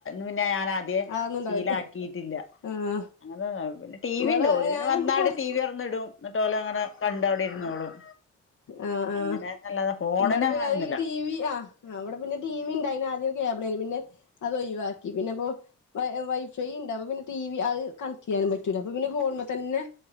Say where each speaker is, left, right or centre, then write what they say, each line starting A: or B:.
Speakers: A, on the left; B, on the left.
A: പിന്നെ ഞാനാദ്യേ
B: അതൊന്നും ഉണ്ടാവൂല
A: ശീലക്കിയിട്ടില്ല
B: ആഹ്
A: അങ്ങനെ പിന്നെ ടിവിണ്ട്
B: ഇവിടെ
A: ഓല് പിന്നെ
B: ഞാനും
A: വന്നാടെ
B: കൊ
A: ടിവി തൊറന്നിടും എന്നിട്ട് ഓലങ്ങനെ കണ്ടവിടെ ഇരുന്നോളും
B: ആ ആ
A: അങ്ങനെന്നല്ലാതെ ഫോണിന്
B: ഇവിടെ പിന്നെ
A: അങ്ങനൊന്നുമില്ല
B: അത് ടി വിവി ആ അവിടെ പിന്നെ ടി വി ഉണ്ട്‌ അയിന് ആദ്യം കേബിളയ്നിം പിന്നെ അത് ഒഴിവാക്കി പിന്നെപ്പോ വ വൈഫൈ ഉണ്ട് അപ്പ പിന്നെ ടി വി അത് കണക്ട് ചെയ്യാനും പറ്റൂല അപ്പ പിന്നെ ഫോണ്മ്മ്മെ തന്നെ